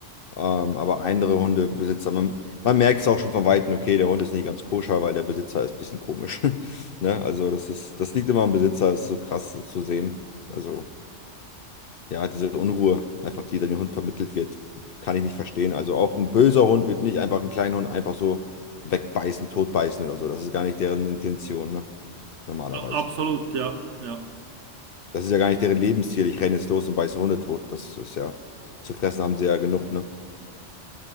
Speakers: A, on the left; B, on the right.
A: Ähm, aber andere Hundebesitzer, man, man merkt es auch schon von Weitem, okay, der Hund ist nicht ganz koscher, weil der Besitzer ist ein bisschen komisch. <laughs> Ne? Also das ist, das liegt immer am Besitzer, ist so krass zu sehen. Also ja, diese Unruhe, einfach die dann dem Hund vermittelt wird, kann ich nicht verstehen. Also auch ein böser Hund wird nicht einfach einen kleinen Hund einfach so wegbeißen, totbeißen oder so. Das ist gar nicht deren Intention, ne? Normalerweise.
B: A- Absolut, ja, ja.
A: Das ist ja gar nicht deren Lebensziel. Ich renne jetzt los und beiße Hunde tot. Das ist ja, zu fressen haben sie ja genug, ne?